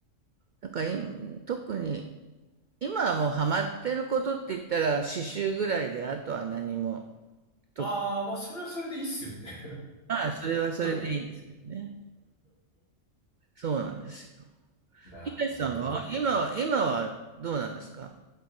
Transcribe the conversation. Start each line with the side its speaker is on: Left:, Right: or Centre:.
Right: だから今、特に、今はもうハマってることって言ったら刺繍ぐらいで、あとは何も、と、
Left: ああ、まあ、それはそれでいいっすよね。
Right: まあ、それはそれでいいんですけどね。
Left: <laughs>
Right: そうなんですよ。
Left: なるほど。
Right: いかしさんは今は、今はどうなんですか